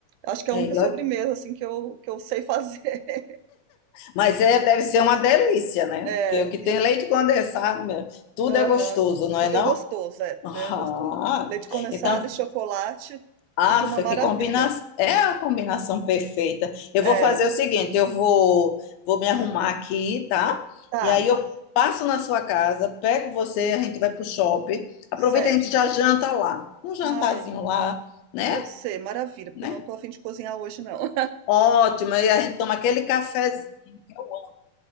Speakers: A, on the right; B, on the left.
A: Acho que é a
B: É,
A: única
B: e
A: sobremesa
B: ó-
A: assim que eu, que eu sei fazer. <laughs>
B: mas é, deve ser uma delícia, né?
A: É,
B: Porque o que tem
A: e de-
B: leite condensado, meu, tudo
A: aham.
B: é gostoso, não
A: Tudo
B: é não?
A: é gostoso, é, tudo
B: <laughs>
A: é gostoso.
B: Ah,
A: Leite condensado
B: então
A: e chocolate
B: Ah,
A: fica uma maravilha.
B: que combina... é a combinação perfeita. Eu
A: É,
B: vou fazer o seguinte, eu vou, vou me arrumar aqui, tá?
A: tá,
B: E aí eu passo na sua casa, pego você, a gente vai pro shopping. Aproveita,
A: certo.
B: a gente já janta lá. Um jantarzinho
A: Ai,
B: lá, né?
A: pode ser, maravilha, porque
B: Né?
A: eu não tô a fim de cozinhar hoje, não.
B: Ótimo. E a gente toma aquele cafezinho. que eu amo.